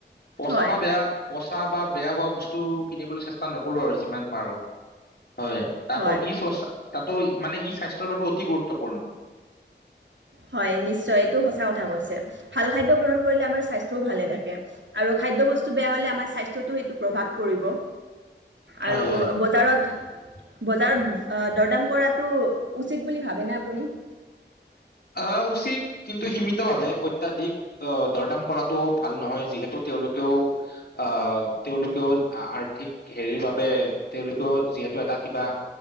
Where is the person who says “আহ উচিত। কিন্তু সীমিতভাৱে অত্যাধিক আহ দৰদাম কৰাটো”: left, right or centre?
Left